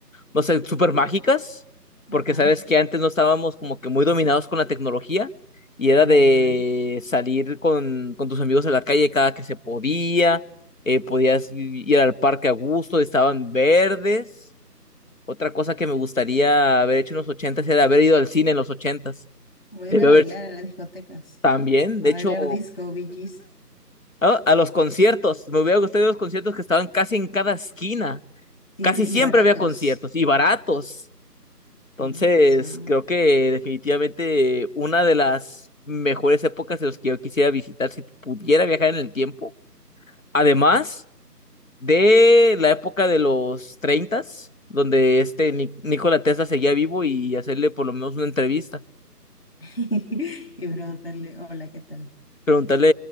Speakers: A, on the left; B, on the left.
A: no sé, súper mágicas,
B: Ajá,
A: porque sabes que antes no estábamos como que muy dominados con la tecnología y era
B: vale,
A: de
B: vale.
A: salir con, con tus amigos a la calle cada que se podía, eh, podías ir al parque a gusto, estaban verdes. Otra cosa que me gustaría haber hecho en los ochentas era haber ido al cine en los ochentas.
B: O
A: Debió
B: ir a bailar
A: haber
B: a las discotecas.
A: también, de
B: A
A: hecho,
B: bailar disco, Bee Gees.
A: a, a los conciertos, me hubiera gustado ir a los conciertos que estaban casi en cada esquina.
B: Tiene,
A: Casi siempre
B: y baratos.
A: había conciertos y baratos. Entonces,
B: Tienes razón.
A: creo que definitivamente una de las mejores épocas de los que yo quisiera visitar si pudiera viajar en el tiempo. Además de la época de los treintas donde este Ni- Nikola Tesla seguía vivo y hacerle por lo menos una entrevista.
B: <laughs> Y preguntarle, hola, ¿qué tal?
A: preguntarle